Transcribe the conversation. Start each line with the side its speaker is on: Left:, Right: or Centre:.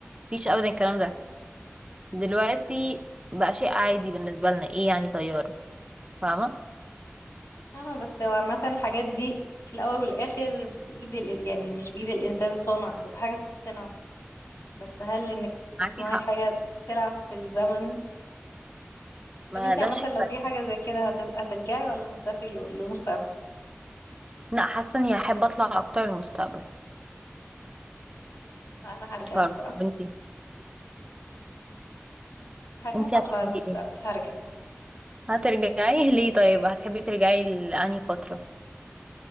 Right: مفيش أبدا الكلام ده دلوقتي بقى شيء عادي بالنسبة لنا إيه يعني طيارة فاهمة
Left: فاهمة بس هو عامة الحاجات دي في الأول والآخر بإيد ال... يعني مش بإيد الإنسان صنع حاجة بتتصنع بس هل انك تصنعي
Right: معاكي حق
Left: حاجة تلعب في الزمن
Right: ما
Left: طب انتي
Right: ده
Left: عامة
Right: شيء
Left: لو
Right: بقى.
Left: في حاجة زي كده هت- هترجعي ولا هتسافري ل- للمستقبل
Right: لا حاسة إني هحب أطلع أكتر المستقبل
Left: لا انا هرجع
Right: بصراحة
Left: الصراحة
Right: وإنتي
Left: هخاف
Right: إنتي
Left: اطلع
Right: هتحبي
Left: للمستقبل
Right: إيه
Left: هرجع
Right: هترجعي <laughs> ليه طيب هتحبي ترجعي لأنهي فترة